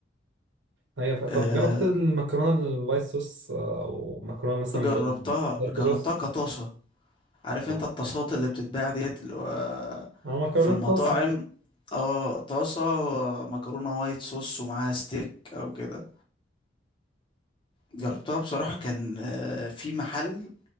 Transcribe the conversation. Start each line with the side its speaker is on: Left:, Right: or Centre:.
Right: هي ف... طب
Left: آه،
Right: جربت المكرونه الوايت صوص آه، او مكرونه مثلا
Left: جربتها
Right: بالدارك
Left: جربتها
Right: صوص
Left: كطاسة عارف
Right: اه
Left: انت الطاسات اللي بتتباع ديت اللي هو
Right: انا مكرونه
Left: في المطاعم
Right: طاس
Left: اه طاسة مكرونة وايت صوص ومعاها ستيك او كده جربتها بصراحة كان آه، في محل